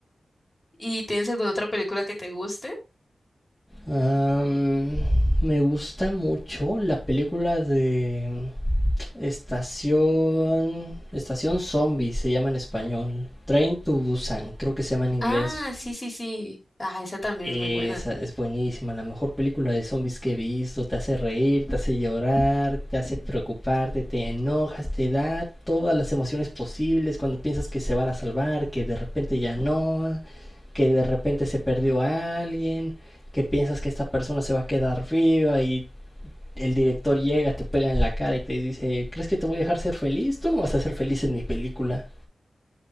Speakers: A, on the left (about 20°); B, in the centre.
A: ¿Y tienes alguna otra película que te guste?
B: Am, me gusta mucho la película de Estación. Estación Zombie se llama en español. Train to Busan, creo que se llama en inglés.
A: Ah, sí, sí, sí. Ah, esa también
B: Esa
A: es muy buena.
B: es buenísima, la mejor película de zombies que he visto. Te hace reír, te hace llorar, te hace preocuparte, te enojas, te da todas las emociones posibles cuando piensas que se van a salvar, que de repente ya no, que de repente se perdió a alguien, que piensas que esta persona se va a quedar viva y el director llega, te pega en la cara y te dice, ¿crees que te voy a dejar ser feliz? Tú no vas a ser feliz en mi película.